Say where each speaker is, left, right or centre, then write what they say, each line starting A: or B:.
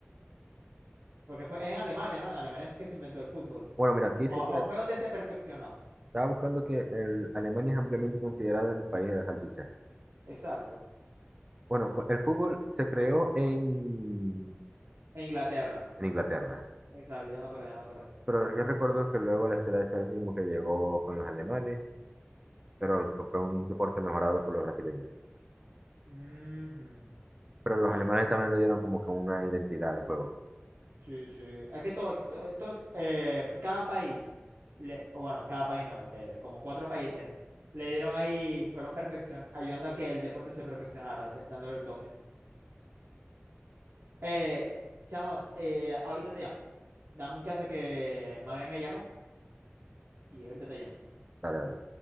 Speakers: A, on the right; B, on the right.
A: Porque fue, es en Alemania, ¿no? En Alemania es que se inventó el fútbol.
B: Bueno, mira, aquí dice
A: O,
B: que
A: o fue donde se perfeccionó.
B: estaba buscando que el Alemania es ampliamente considerada el país de la salchicha.
A: Exacto.
B: Bueno, co- el fútbol se creó en,
A: En Inglaterra.
B: en Inglaterra,
A: Exacto, ya me acordé, ya me acordé.
B: pero yo recuerdo que luego la historia de ese mismo que llegó con los alemanes, pero que fue un deporte mejorado por los brasileños.
A: Ujú.
B: Pero los
A: Eso.
B: alemanes también le dieron como que una identidad de juego.
A: Sí, sí. Es que todo, to- todos, eh, cada país, le, o bueno, cada país no, de como cuatro países, le dieron ahí, fueron perfección, ayudando a que el deporte se perfeccionara, de- dándole el toque. Eh, chamo, eh, ahorita te llamo. Dame un chance que mami me llamó y ahorita te llamo.
B: Dale, dale.